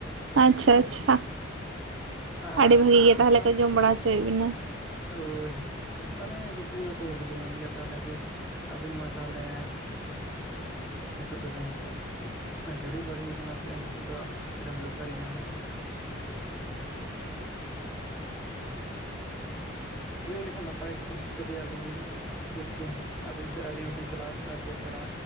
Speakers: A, on the right; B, in the centre.
A: ᱟᱪᱪᱷᱟ ᱟᱪᱪᱷᱟ,
B: ᱟᱨ
A: ᱟᱹᱰᱤ ᱵᱷᱟᱹᱜᱤ ᱜᱮ ᱛᱟᱦᱚᱞᱮ
B: ᱛᱟᱞ
A: ᱠᱚ ᱡᱚᱢ ᱵᱟᱲᱟ ᱚᱪᱚᱭᱮᱜ ᱵᱤᱱᱟ᱾
B: ᱦᱳᱭ᱾ ᱛᱟᱦᱚᱞᱮ ᱠᱩᱠᱞᱤ ᱢᱟᱛᱚ ᱠᱩᱠᱞᱤ ᱦᱩᱭᱮᱱ ᱜᱮᱭᱟ ᱛᱟᱦᱚᱞᱮ ᱡᱮ ᱟᱹᱵᱤᱱ ᱢᱟ ᱛᱟᱦᱚᱞᱮ ᱱᱤᱛᱳᱜ ᱫᱚᱵᱤᱱ ᱡᱩᱨᱤ ᱯᱟᱹᱨᱤ ᱟᱠᱟᱱᱟ ᱥᱮ ᱱᱤᱛᱚᱜ ᱫᱚ ᱰᱟᱹᱝᱜᱩᱣᱟᱹ ᱯᱟᱹᱨᱤ ᱜᱮ ᱢᱮᱱᱟᱜ ᱵᱤᱱᱟ? <unintelligible> ᱞᱟᱹᱭ ᱞᱮᱠᱷᱟᱱ ᱱᱟᱯᱟᱭ ᱠᱚᱜᱼᱟ᱾ ᱠᱟᱹᱴᱤᱜ ᱟᱹᱞᱤᱧ ᱦᱚᱸᱞᱤᱧ ᱵᱩᱡᱽ ᱠᱮᱭᱟ ᱟᱹᱵᱤᱱ ᱥᱮᱜ ᱟᱹᱞᱤᱧ ᱦᱚᱸᱞᱤᱧ ᱪᱟᱞᱟᱣ ᱠᱚᱜᱼᱟ ᱡᱮ ᱯᱮᱲᱟ